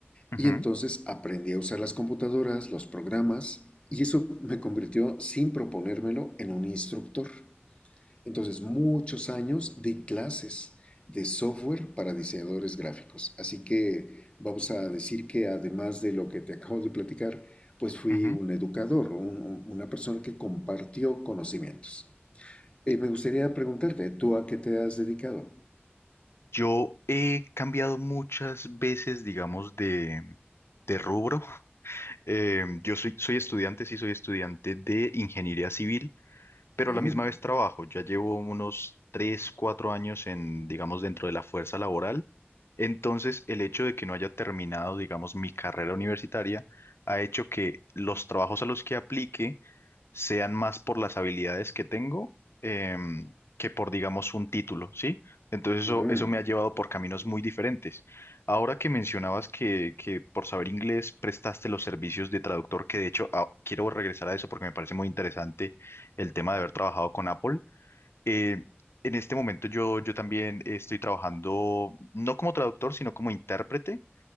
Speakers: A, on the left; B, on the left.
A: Ujú,
B: y entonces aprendí a usar las computadoras, los programas y eso me convirtió, sin proponérmelo, en un instructor. Entonces, muchos años de clases de software para diseñadores gráficos. Así que vamos a decir que además de lo que te acabo de platicar, pues fui
A: ujú.
B: un educador, un- una persona que compartió conocimientos. Eh,
A: Eh,
B: me gustaría preguntarte, ¿tú a qué te has dedicado?
A: Yo he cambiado muchas veces, digamos, de, de rubro. <laughs> Eh, yo soy, soy estudiante, sí, soy estudiante de ingeniería civil. pero
B: Mm,
A: a la misma vez trabajo. Ya llevo unos 3 4 años en, digamos, dentro de la fuerza laboral. Entonces, el hecho de que no haya terminado, digamos, mi carrera universitaria ha hecho que los trabajos a los que aplique sean más por las habilidades que tengo em, que por, digamos, un título, ¿sí? Entonces
B: mm.
A: eso, eso me ha llevado por caminos muy diferentes. Ahora que mencionabas que, que por saber inglés prestaste los servicios de traductor, que de hecho ah, quiero regresar a eso porque me parece muy interesante el tema de haber trabajado con Apple. Eh, en este momento yo, yo también estoy trabajando, no como traductor, sino como intérprete